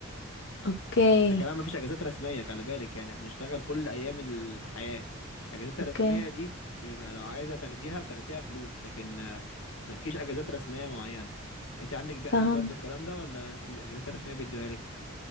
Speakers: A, on the left (about 55°); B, on the left (about 75°).
A: اوكي
B: ده كمان مفيش اجازات رسميه خلي بالك يعني بنشتغل كل ايام الحياه الاجازات الرسميه
A: اوكي
B: دي بيبقى لو عايزه تاخديها بتاخديها فلوس لكن آه، مالكيش اجازات رسميه معينه انت عندك بيحصل
A: فهم
B: برضو الكلام ده ولا انت اجازات رسميه بيدوها لك